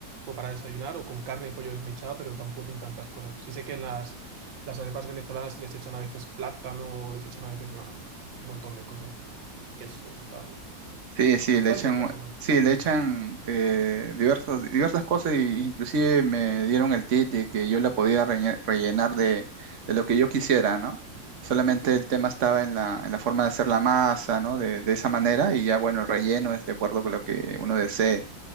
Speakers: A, on the right; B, on the right.
A: o para desayunar o con carne y pollo desmechado, pero tampoco tiene tantas cosas. Sí sé que las, las arepas venezolanas les echan a veces plátano o les echan a veces bueno, un montón de cosas, quesos y tal.
B: Sí, sí,
A: Están
B: le echan,
A: ricas igual,
B: sí,
A: están ricas.
B: le echan eh, diversas, diversas cosas y inclusive me dieron el tip de que yo la podía reñe- rellenar de, de lo que yo quisiera, ¿no? Solamente
A: Mm,
B: el tema estaba en la, en la forma de hacer la masa, ¿no? De, de esa manera y ya, bueno, el relleno es de acuerdo con lo que uno desee.